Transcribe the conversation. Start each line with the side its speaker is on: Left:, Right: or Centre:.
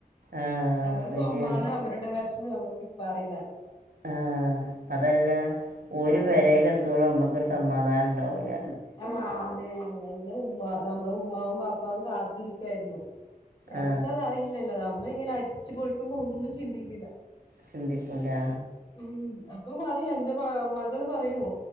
Right: ആ
Left: അവർ
Right: ശരിയാണ്
Left: പോമ്പാണ് അവരുടെ വെഷമം നമു പ്പ അറീന്നെ
Right: ആഹ് അതല്ല ഓല്
Left: ആഹ്
Right: പെരേല് എത്തോളം നമ്മക്കൊരു സമാധാനം ഇണ്ടാവൂല
Left: ആഹ് അതെ അല്ലെങ്കിലും ഉമ്മാ നമ്മള് ബാമ്മാവും പാപ്പാവും കാത്തിരിക്കായിരുന്നു നമ്മക്ക്
Right: ആ
Left: അത് അറിയില്ലല്ലോ ന ഞമ്മ ഇങ്ങനെ അടിച്ചു പൊളിക്കുമ്പോ ഒന്നും ചിന്തിക്കില്ല
Right: ചിന്തിക്കൂല
Left: ഉം അപ്പൊ പറയിം എന്റെ മ മകള് പറയും